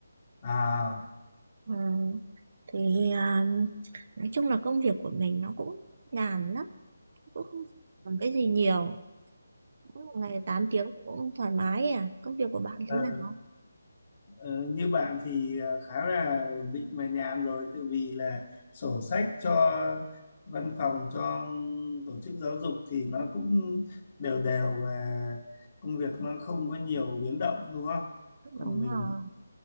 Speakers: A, on the left; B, on the right.
A: à
B: Ờ, thì à, nói chung là công việc của mình nó cũng nhàn lắm cũng không làm cái gì nhiều cũng một ngày 8 tiếng cũng thoải mái à công việc của bạn
A: ừ.
B: thế nào
A: Ờ, như bạn thì ờ, khá là ổn định và nhàn rồi tự vì là sổ sách cho văn phòng cho tổ chức giáo dục thì nó cũng đều đều và công việc nó không có nhiều biến động đúng không?
B: Đúng
A: Còn mình
B: rồi.